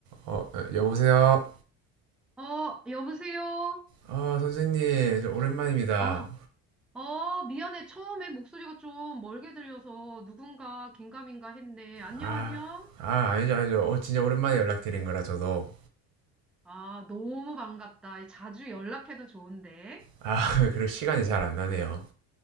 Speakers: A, on the right (about 75°); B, in the centre.
A: 어, 어, 여보세요?
B: 어, 여보세요?
A: 어, 선생님, 저 오랜만입니다.
B: 아, 어, 미안해. 처음에 목소리가 좀 멀게 들려서 누군가 긴가민가 했네. 안녕,
A: 아,
B: 안녕?
A: 아, 아니죠, 아니죠. 어, 진짜 오랜만에 연락드린 거라 저도.
B: 아, 너무 반갑다. 자주 연락해도 좋은데.
A: 아, <laughs> 그럴 시간이 잘 안 나네요.